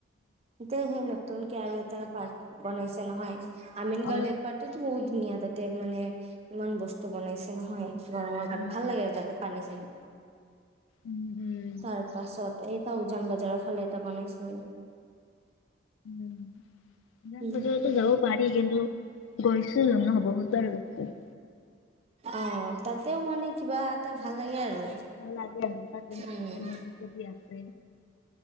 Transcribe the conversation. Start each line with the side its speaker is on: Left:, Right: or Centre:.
Right: এ, সেই নতুনকে আৰু‌ এটা পাৰ্ক বনাইছে নহয়। আমিনগাঁও
Left: অ অ
Right: লেক পাৰ্কটো বহু ধুনীয়া তাত মানে ইমান বস্তু বনাইছে নহয়। গৰমৰ কাৰণে
Left: উম
Right: ভাল লাগে আৰু তাতে পানী তেন
Left: উম উম
Right: তাৰ পাছত এইটা উজান বজাৰৰ ফালে এটা বনাইছিলে
Left: উম। ইমান
Right: উম
Left: বজাৰো যাব পাৰি কিন্তু গৈছো ন বহুত বাৰ গো
Right: অ', তাতেও মানে কিবা এটা ভাল লাগে আৰু
Left: ভ লাগে হ ততে
Right: উম
Left: নদী চদি আছে।